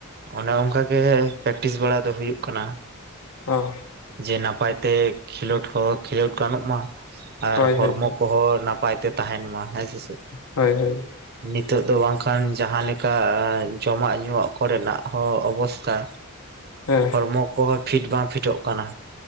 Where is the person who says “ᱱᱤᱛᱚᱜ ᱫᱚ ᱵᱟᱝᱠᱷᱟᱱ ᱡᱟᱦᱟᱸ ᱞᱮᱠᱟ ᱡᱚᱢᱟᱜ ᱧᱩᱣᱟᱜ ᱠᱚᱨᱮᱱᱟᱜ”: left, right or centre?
Right